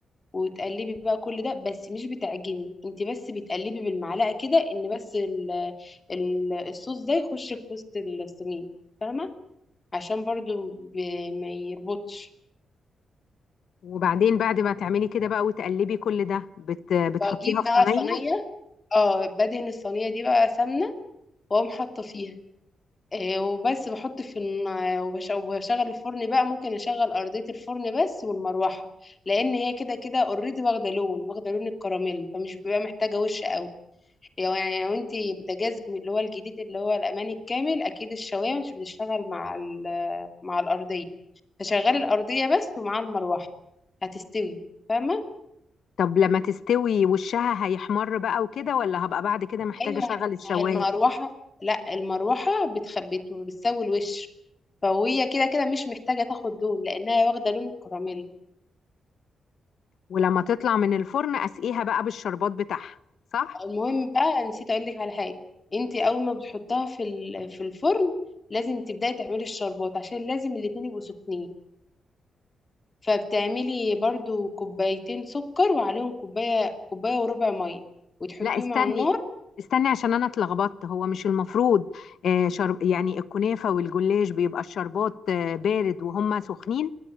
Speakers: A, on the left; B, on the left.
A: وتقلبي بقى كل ده بس مش بتعجني انت بس بتقلبي بالمعلقه كده ان بس ال ال الصوص ده يخش في وسط السميد فاهمه عشان برضو ب- ما يربطش
B: وبعدين بعد ما تعملي كده بقى وتقلبي كل ده بت... بتحطيها
A: بجيب
B: في
A: بقى
B: صينية
A: صينيه اه بدهن الصينيه دي بقى سمنه واقوم حاطه فيها آه، وبس بحط في الن- وبش- وبشغل الفرن بقى ممكن اشغل ارضية الفرن بس والمروحة لان هي كده كده اوريدي واخدة لون واخدة لون الكراميل فمش بيبقى محتاجة وش قوي لو يعني يعني لو انت بوتاجاز من اللي هو الجديد اللي هو الاماني الكامل اكيد الشواية مش بتشتغل مع ال- مع الارضية فشغلي الارضية بس ومع المروحة هتستوي فاهمة
B: طب لما تستوي وشها هيحمر بقى وكده ولا هبقى بعد كده محتاجة
A: هي
B: اشغل الشواية
A: هي المروحة لا المروحة بتخبط وبتسوي الوش فهي كده كده مش محتاجة تاخد لون لأنها واخدة لون الكراميل
B: ولما تطلع من الفرن اسقيها بقى بالشربات بتاعها صح
A: المهم بقى نسيت اقول لك على حاجه انت اول ما بتحطها في ال- في الفرن لازم تبداي تعملي الشربات عشان لازم الاتنين يبقوا سخنين فبتعملي برضو كوبايتين سكر وعليهم كوبايه كوبايه وربع ميه وتحطيهم
B: لا استني
A: على النار
B: استني عشان انا اتلخبطت هو مش المفروض آه شرب يعني الكنافه والجلاش بيبقى الشربات آه بارد وهما سخنين